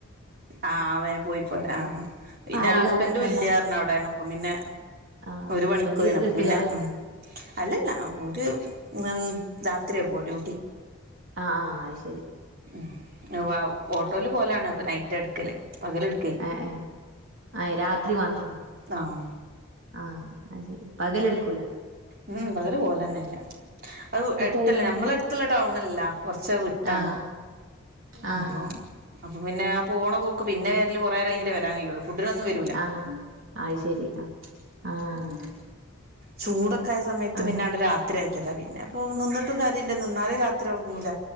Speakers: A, on the right; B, on the right.
A: ആഹ് വേം പോയി പോരാ ആഹ് പിന്നെ
B: ആരിം
A: ഹസ്ബൻഡും
B: കാത്ത്ക്കണ്ട
A: ഇല്ലാർഞ്ഞ് അവുടെ. പ്പം പിന്നെ.
B: ആഹ്
A: ഓര്
B: ഹസ്ബൻഡ്
A: പണിക്കോയീണ് അപ്പ
B: ഗൾഫിലാ
A: പിന്നെ ഉം അല്ലല്ല ഒര് നി രാത്രിയാ പോരൂ.
B: അ ആഹ് ശരി.
A: ഉം വൗ ഓട്ടോല് പോലാണ് അപ്പം നൈറ്റാ ഇട്ക്കല് പകല്‌ട്
B: എ ഏഹ് എ രാത്രി മാത്രോ.
A: ആഹ്.
B: ആഹ് അത് സരി പകല്ട്ക്കൂല.
A: ഉം പകല് പോലെന്നെല്ല. ഔ
B: മിഠായി
A: എട്ത്തല്ല
B: വാങ്ങിയേ
A: ഞമ്മളെട്ത്ത്ള്ള ടൗണല്ല കൊർച്ച വിട്ടാണ്.
B: ആഹ് ആഹ്
A: അപൊ അപ്പൊപിന്നെ ആ പോണ പോക്ക് പിന്നെ വെര്ല് കൊറേരം കയ്ഞ്ട്ടേ വരാകയ്യോള്ളൂ ഫുഡിനൊന്നും വ
B: ആഹ് അയ് ശരി അ ആഹ്.
A: ചൂടൊക്കായ സമയത്ത്
B: ആഹ്
A: പിന്നെണ്ട് രാത്രി ആക്ക്യതാ പിന്നെ പ്പോ നിന്നിട്ടും കാര്യല്ല നിന്നാലും രാത്രി ഒർങ്ങൂല.